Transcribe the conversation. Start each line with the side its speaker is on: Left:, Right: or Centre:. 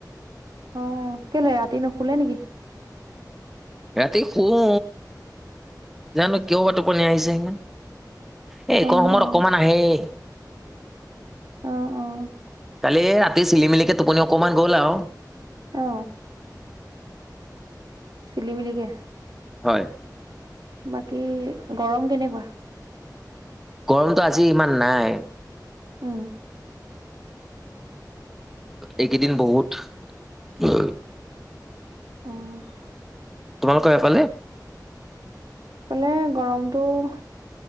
Right: অ' কেলে ৰাতি নুশুলে নেকি?
Centre: ৰাতি শুও জানো কিয় বা টোপনি আহিছে সিমান। এ এইকন
Right: অ
Centre: সময়ত
Right: অ
Centre: অকমান আহেই।
Right: অ' অ'
Centre: কালি এ ৰাতি চিলি মিলিকে টোপনি অকণমান গ'ল আউ।
Right: অহ চিলি মিলিকে?
Centre: <inaudible>
Right: বাকী গৰম কেনেকুৱা?
Centre: গৰমটো আজি ইমান নাই।
Right: উম
Centre: এইকেইদিন বহুত <unintelligible>
Right: <unintelligible>
Centre: তোমালোকৰ সেইফালে?
Right: এ গৰমটোহ